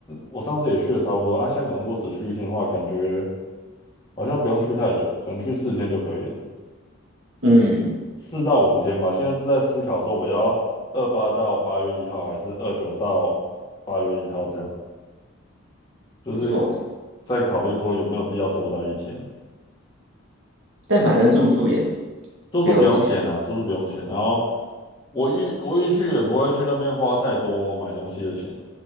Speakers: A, on the left (about 20°); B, on the right (about 60°).
A: 我上次也去了差不多啊，香港如果只去一天的话，感觉好像不用去太久，可能去四天就可以了，
B: 嗯，
A: 四到五天吧。现在是在思考说我要二八到八月一号，还是二九到八月一号这样，就是
B: 不错诶，
A: 在考虑说有没有必要多待一天。
B: 但反正住宿也
A: 住宿不用钱啊，
B: 不用钱。
A: 住宿不用钱。然后我预我预计也不会去那边花太多买东西的钱，